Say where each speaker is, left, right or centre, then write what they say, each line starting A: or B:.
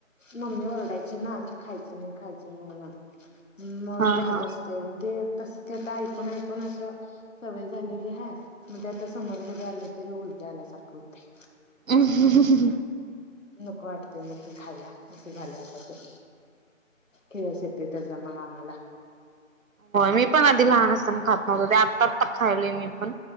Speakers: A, on the left; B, on the right.
A: मम्मी ओरडायचे ना कि खायचं नाही खायचं नाही म्हणून मग
B: हा
A: घाण
B: हा
A: ते म्ह तस ते ऐकून ऐकून असं सवय झालेली ह म्हणज आता समोर जरी आलं तरी उलट्या आल्यासारखं होठे
B: ह ह ह ह
A: नक वाटतय मग तेू खयला असे झाले आता ते खळ शेत त्या जमा आम्हाला
B: मी पण आधी लहान असताना खात नव्हतो ते आत्ता आता खायले मी पण